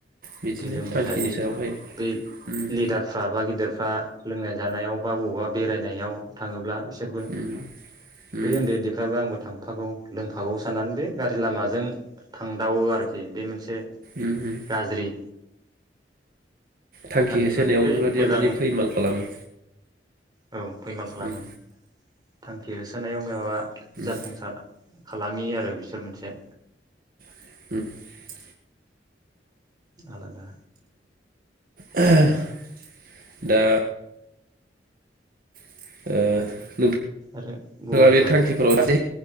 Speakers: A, on the right; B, on the right.
A: बिदिनो
B: बिदि लोङै
A: थांखिनि
B: जायै
A: सायावहाय
B: ब
A: उम
B: लिदारफ्रा बा गिदिरफ्रा लोंनाय जानायाव बा बबावबा बा बेरायनायाव थाङोब्ला बिसोरबो
A: उम उम
B: बे उन्दै उन्दैफ्राबो आंबो थां हाबफागौ लोंफागौ साननानै बे गारि लामाजों थांदावो आरोखि बे मोनसे
A: उम उम
B: गाज्रि
A: थांखि
B: गाज्रि
A: होसोनायाव
B: माथो बै
A: बेफोरबायदिया
B: मोजां
A: माने फैमाल खालामो
B: औ फैमाल खालामो
A: उम
B: थांखि होसोनायाव माबा
A: उम
B: जाफुंसार खालामि आरो बिसोर मोनसे
A: <inaudible>
B: आलादा
A: <inaudible> दा <inaudible>
B: आरो
A: नोंथाङा
B: गुबुनफोर
A: बे थांखिफोराव